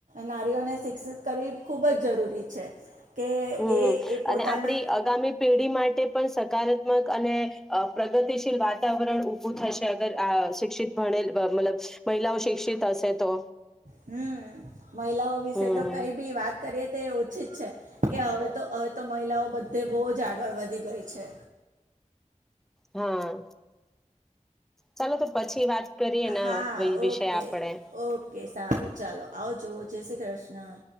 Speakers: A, on the right (about 80°); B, in the centre.
A: નારીઓને શિક્ષિત કરવી ખૂબ જ જરૂરી છે કે
B: હમ
A: એ એ પોતાના
B: અને આપડી આગામી પેઢી માટે પણ સકારાત્મક અને પ્રગતિશીલ વાતાવરણ ઉભું થશે શ મહલા શિક્ષિત હશે તો
A: હમ મહિલાઓ
B: હમ
A: વિશે તો કઈ બી વાત કરીએ તે છે કે હવે તો હવે તો મહિલાઓ બધે બહુ જ આગળ વધી ગઈ છે
B: હા ચાલો તો પછી વાત કરીએ એના
A: હા
B: વિષય
A: ઓકે
B: આપણે
A: ઓકે સારું ચાલો આવજ જય શ્રી કૃષ્ણ